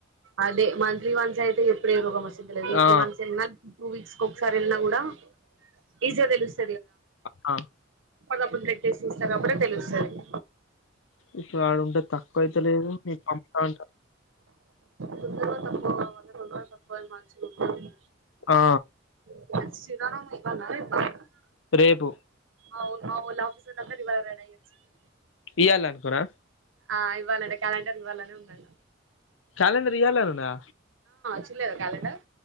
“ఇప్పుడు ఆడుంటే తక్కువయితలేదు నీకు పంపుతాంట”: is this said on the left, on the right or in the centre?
Left